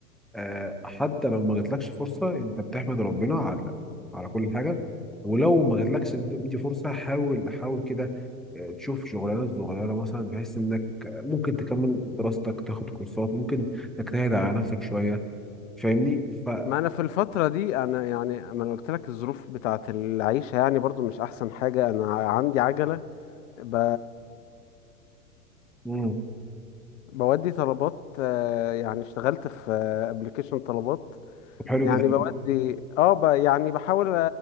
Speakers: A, in the centre; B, on the left (about 55°).
A: آه، حتى لو ما جاتلكش فرصة انت بتحمد ربنا على على كل حاجة ولو ما جاتلكش دي دي فرصة حاول حاول كده آه، تشوف شغلانة صغيرة مثلا بحيث انك ممكن تكمل دراستك تاخد كورسات ممكن تجتهد على نفسك شوية فاهمني ف
B: ما انا في الفترة دي انا يعني ما انا قلت لك الظروف بتاعت العيشة يعني برضو مش احسن حاجة انا عندي عجلة ب...
A: مم.
B: بودي طلبات آه، يعني اشتغلت في ابلكيشن طلبات
A: حلو
B: يعني
A: جدا
B: بودي اه ب... يعني بحاول